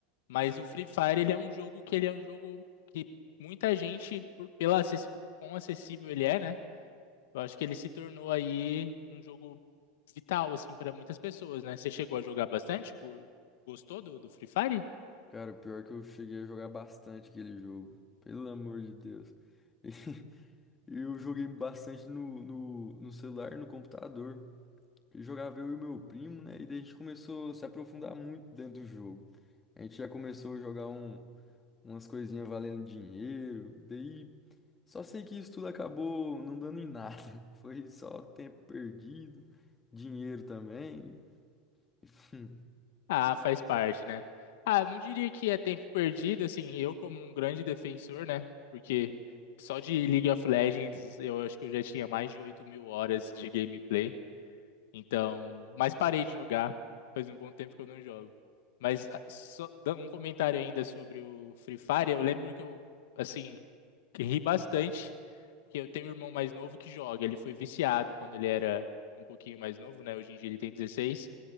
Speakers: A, on the left (about 75°); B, on the left (about 20°).
A: mas o Free Fire ele é um jogo que ele é um jogo que muita gente por, pela acess- quão acessível ele é, né? Eu acho que ele se tornou aí um jogo vital assim para muitas pessoas, né? Você chegou a jogar bastante? Go- Gostou do, do Free Fire?
B: Cara, o pior é que eu cheguei a jogar bastante aquele jogo. Pelo amor de Deus. <laughs> E eu joguei bastante no, no, no celular e no computador. E Jogava eu e meu primo, né? E daí a gente começou a se aprofundar muito dentro do jogo. A gente já começou a jogar um, umas coisinhas valendo dinheiro. Daí só sei que isso tudo acabou não dando em nada. <laughs> Foi só tempo perdido, dinheiro também. <laughs>
A: Ah, faz parte, né? Ah, não diria que é tempo perdido, assim, eu como um grande defensor, né? Porque só de League of Legends eu acho que eu já tinha mais de oito mil horas de gameplay. Então, mas parei de jogar. Faz um bom tempo que eu não jogo. Mas ah, só dando um comentário ainda sobre o Free Fire, eu lembro que eu, assim, que ri bastante, porque eu tenho um irmão mais novo que joga. Ele foi viciado quando ele era um pouquinho mais novo, né? Hoje em dia ele tem 16.